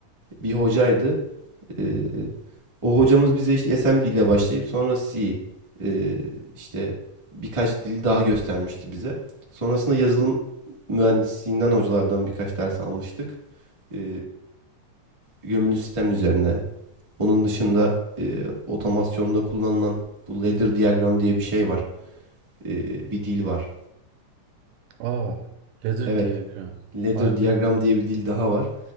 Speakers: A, on the right; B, on the right.
A: bir hocaydı. E, o hocamız bize işte assembly ile başlayıp sonra C, e, işte birkaç dil daha göstermişti bize. Sonrasında yazılım mühendisliğinden hocalardan birkaç ders almıştık. E, gömülü sistem üzerine. Onun dışında e, otomasyonda kullanılan bu ladder diagram diye bir şey var e, bir dil var.
B: Aa, ladder
A: Evet,
B: diagram.
A: ladder
B: Vay
A: diagram
B: be.
A: diye bir dil daha var.